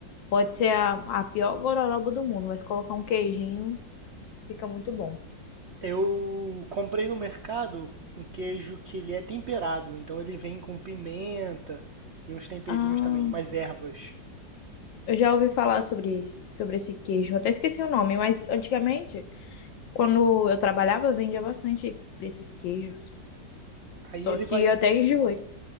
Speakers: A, on the left (about 80°); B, on the right (about 70°).
A: Pode ser a, a pior gororoba do mundo, mas colocar um queijinho fica muito bom.
B: Eu comprei no mercado um queijo que ele é temperado, então ele vem com pimenta e uns temperinhos
A: Ah.
B: também, umas ervas.
A: Eu já ouvi falar sobre, esse- sobre esse queijo. Eu até esqueci o nome, mas antigamente, quando eu trabalhava, vendia bastante desses queijos.
B: Aí
A: Só
B: ele
A: que
B: vai,
A: eu até enjoei.